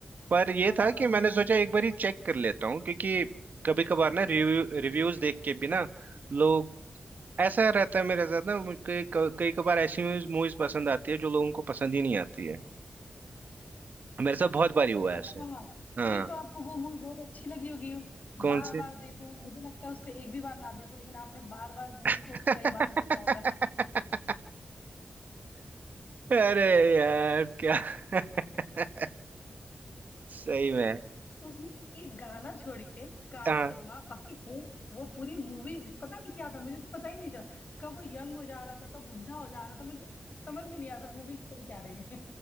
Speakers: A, on the right (about 65°); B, on the left (about 60°).
A: पर ये
B: हाँ।
A: था कि मैंने सोचा एक बार ही चेक कर लेता हूँ क्योंकि कभी कभार ना रिव्यू रिव्यूज देख के भी ना लोग ऐसा रहता है मेरे साथ ना मुझे कई कई कभार ऐसी मूवीज पसंद आती है जो लोगों को पसंद ही नहीं आती है मेरे साथ बहुत बारी हुआ
B: अच्छा
A: है ऐसे हाँ
B: फिर तो आपको वो मूवी बहुत अच्छी लगी होगी हो
A: कौन
B: बार
A: से
B: बार देखो मुझे लगता है उसको एक भी बार ना देखो लेकिन आपने बार बार मूवी
A: <laughs>
B: को कई बार देखा होगा
A: अरे यार क्या <laughs> सही में
B: उसने एक गाना छोड़ के काला
A: हाँ
B: चश्मा बाकी कोई वो पूरी मूवी पता नहीं क्या था मुझे तो पता ही नहीं चला कब वो यंग हो जा रहा था कब बुढ़ा हो जा रहा था मुझे समझ में नहीं आता मूवी चल क्या रही है